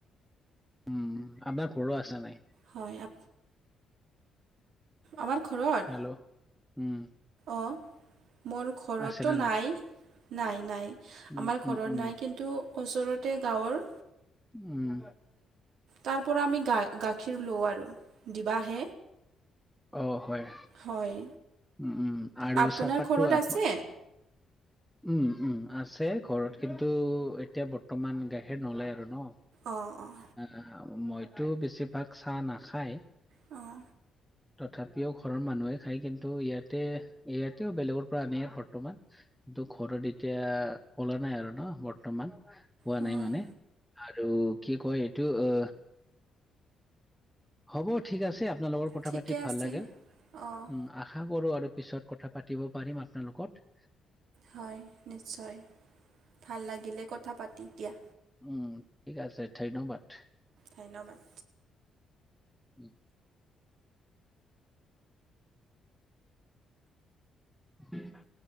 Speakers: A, in the centre; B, on the right.
A: উম আপোনাৰ ঘৰো আছে নাই
B: হয় আ আমাৰ ঘৰত
A: হেল্ল' উম
B: অঁ মোৰ ঘৰততো
A: আছে না
B: নাই নাই নাই
A: উম
B: আমাৰ ঘৰত
A: উম উম
B: নাই কিন্তু ওচৰতে গাঁৱৰ
A: উম
B: তাৰ পৰা আমি গাখীৰ লওঁ আৰু দিবে
A: অ হয়
B: হয়
A: উ উম আৰু
B: আপোনাৰ
A: চাহপাতো
B: ঘৰত
A: আ
B: আছে?
A: উম উম আছে ঘৰত কিন্তু এতিয়া বৰ্তমান গাখীৰ নললে আৰু ন
B: অঁ অঁ
A: আহ মইতো বেছিভাগ চাহ নাখায়
B: অঁ
A: তথাপিও ঘৰৰ মানুহে খায় কিন্তু ইয়াতে ইয়াতেও বেলেগৰ পৰা আনিয়ে বৰ্তমান কিন্তু ঘৰত এতিয়া পলা নাই আৰু ন ব বৰ্তমান হোৱা
B: হয়
A: নাই মানে আৰু কি কয় এইটো অ হ'ব ঠিক আছে আপোনালোকৰ কথা
B: ঠিকে
A: পাতি ভাল
B: আছে।
A: লাগে
B: অঁ
A: উম আশা কৰো আৰু পিছত কথা পাতিব পাৰিম আপোনালোকত
B: হয় নিশ্চয় ভাল লাগিলে কথা পাতি দিয়া
A: উ ঠিক আছে ধন্যবাদ
B: ধন্যবাদ
A: উম হয়